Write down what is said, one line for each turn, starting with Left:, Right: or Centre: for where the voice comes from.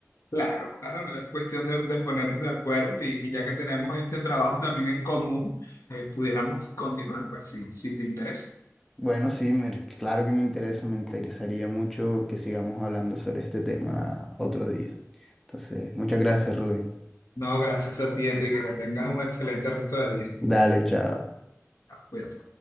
Left: claro, claro, no es cuestión de, de ponernos de acuerdo y, y ya que tenemos este trabajo también en común, eh, pudiéramos continuar, pues, si, si te interesa.
Centre: Bueno, sí, me- claro que me interesa, me interesaría mucho que sigamos hablando sobre este tema otro día. Entonces, muchas gracias, Rubén.
Left: No, gracias a ti, Enrique, que tengas un excelente resto de día.
Centre: Dale, chao.
Left: Cuídate.